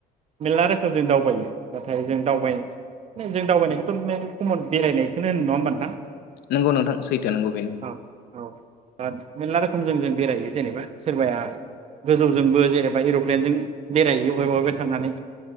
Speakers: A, on the right; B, on the left.
A: मेरला रोखोम जों दावबायो नाथाय जों दावबाय दिनो जों दावबायनायखौथ' म खमन बेरायनायखौनो होनो नङा होमबा नोंथां?
B: नोंगौ नोंथां सैथो नोंगौ बेनो।
A: औ मेरला रोखोमजों जों बेरायो जेनेबा सोरबाया गोजौजोंबो जेरेबा एर'प्लेनजों बेरायहैयो बहायबा बहायबा थांनानै।